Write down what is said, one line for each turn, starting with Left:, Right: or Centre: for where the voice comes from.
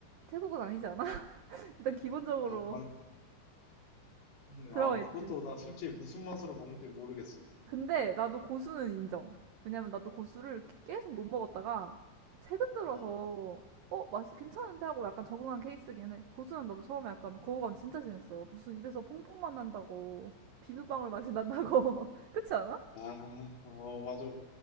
Right: 태국은 아니지 않아? <laughs> 일단 기본적으로
Left: 아, 맞, 근데
Right: 들어가
Left: 아, 그것도
Right: 있지.
Left: 나 솔직히 무슨 맛으로 먹는지 모르겠어.
Right: 근데 나도 고수는 인정. 왜냐면 나도 고수를 계속 못 먹었다가 최근 들어서
Left: 어,
Right: 어, 맛이 괜찮은데 하고 약간 적응한 케이스긴 해. 고수는 나도 처음에 약간 거부감 진짜 심했어. 무슨 입에서 퐁퐁만 난다고. 비누방울 맛이 난다고. <laughs> 그렇지 않아?
Left: 아, 어, 맞아.